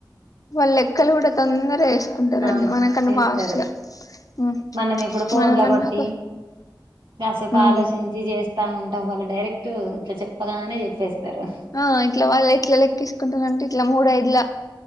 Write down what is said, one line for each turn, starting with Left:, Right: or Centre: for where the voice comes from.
Left: వాళ్ళ లెక్కలు గుడ తొందరగ వేసుకుంటరండి
Right: అవును
Left: మనకన్నా
Right: చేస్తారు
Left: ఫాస్ట్ గా. ఉమ్
Right: మనం ఇప్పుడు ఫోన్
Left: మనమన్నా
Right: లో కొట్టి,
Left: కొ
Right: కాసేపు
Left: ఉమ్
Right: ఆలోచించి చేస్ తా ఉంటాం వాళ్ళు డైరెక్ట్ ఇట్ల చెప్పగానే చెప్పేస్తరు.
Left: ఆ ఇట్ల వాళ్ళు ఎట్ల లెక్కిసుకుంటారంటే, ఇట్లా మూడ ఐదుల